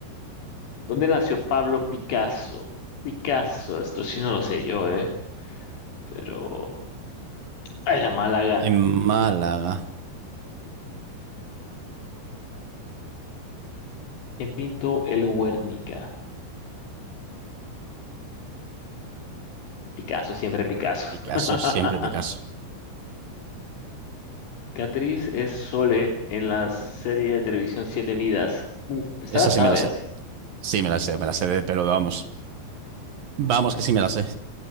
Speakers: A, on the left; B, on the right.
A: ¿Dónde nació Pablo Picasso? Picasso, esto sí no lo sé yo, ¿eh? Pero... ah, Era Málaga.
B: En Málaga.
A: ¿Quién pintó el Guernica? Picasso, siempre Picasso.
B: Picasso,
A: <laughs>
B: siempre Picasso.
A: ¿Qué actriz es Sole en la serie de televisión Siete Vidas? Uf, esta
B: Esa
A: la sabes.
B: sí me la sé. Sí me la sé, me la sé de pero vamos. Vamos, que sí me la sé.